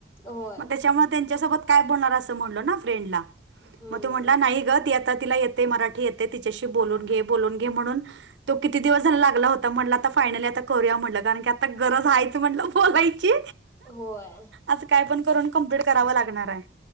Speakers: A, on the left; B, on the right.
A: होय
B: मग त्याच्यामुळे त्यांच्यासोबत काय बोलनार आसं म्हणलो ना फ्रेंडला
A: हम्म
B: म तो म्हणला नाही ग ति आ ता तिला येतय मराठी येते तिच्याशी बोलून घे बोलून घे म्हणून तो किती दिवस झालं लागला होता. म्हणलं आता फायनली आता करूया म्हणलं कारण की आता गरज आहे त म्हंणलं बोलायची
A: होय.
B: असं काय पण करून कम्प्लीट करावं लागणार आय.